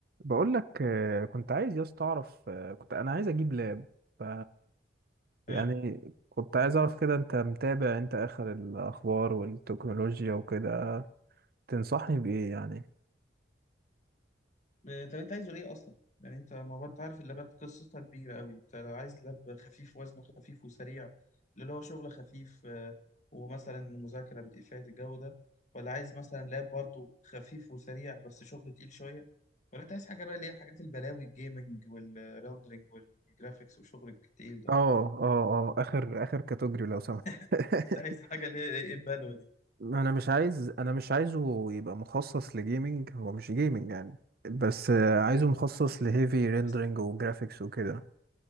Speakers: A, on the right; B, on the left.
A: بقول لك آه، كنت عايز يا اسطى اعرف آه، كنت انا عايز اجيب لاب ف يعني
B: حلو
A: كنت عايز اعرف كده انت متابع انت اخر الاخبار والتكنولوجيا وكده تنصحني بايه يعني
B: آه، طب انت عايزه ايه اصلا يعني انت ما هو انت عارف اللابات قصتها كبيره قوي انت لو عايز لاب خفيف وزنه خفيف وسريع اللي هو شغل خفيف آه، ومثلا مذاكره بدقيقات الجو ده ولا عايز مثلا لاب برضه خفيف وسريع بس شغل تقيل شويه ولا انت عايز حاجه بقى اللي هي حاجات البلاوي الجيمنج والريندرنج والجرافيكس والشغل التقيل ده
A: اه اه اه اخر اخر كاتوجري لو سمحت
B: <laughs> انت
A: <laughs>
B: عايز حاجه اللي هي ايه البلوه دي
A: انا مش عايز انا مش عايزه يبقى مخصص لجيمنج هو مش جيمنج يعني بس آه، عايزه مخصص لهيفي ريندرنج
B: بس
A: وجرافيكس وكده